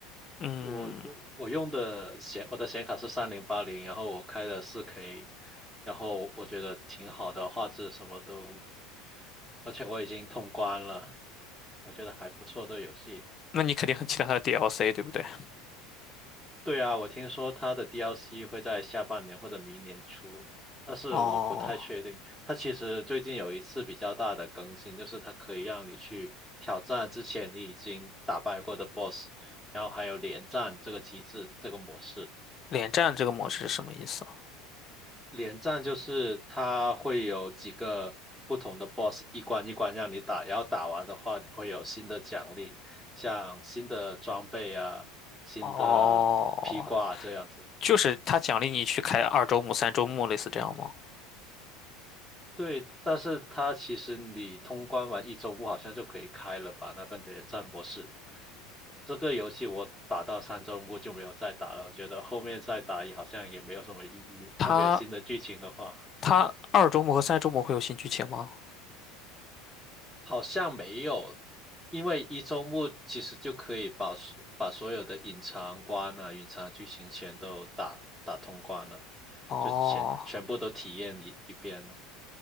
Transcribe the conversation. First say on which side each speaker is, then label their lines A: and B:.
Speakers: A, on the left; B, in the centre.
A: 嗯，
B: 我我用的显我的显卡是三零八零，然后我开的四 K，然后我觉得挺好的，画质什么都，而且我已经通关了，我觉得还不错这游戏。
A: 那你肯定很期待它的 DLC，对不对？
B: 对啊，我听说它的 DLC 会在下半年或者明年出，但是我不太确定。
A: 哦，
B: 它其实最近有一次比较大的更新，就是它可以让你去挑战之前你已经打败过的 BOSS，然后还有连战这个机制，这个模式。
A: 连战这个模式是什么意思？
B: 连战就是它会有几个不同的 BOSS 一关一关让你打，然后打完的话你会有新的奖励，像新的装备啊、新的披挂啊这样子。
A: 哦，就是他奖励你去开二周目、三周目，类似这样吗？
B: 对，但是它其实你通关完一周目好像就可以开了吧？那个连战模式，这个游戏我打到三周目就没有再打了，我觉得后面再打也好像也没有什么意义。
A: 他
B: 它没有新的剧情的话，
A: 他二周目和三周目会有新剧情吗？
B: 好像没有，因为一周目其实就可以把所把所有的隐藏关啊、隐藏剧情全都打打通关了，
A: 哦
B: 就全全部都体验一一遍了。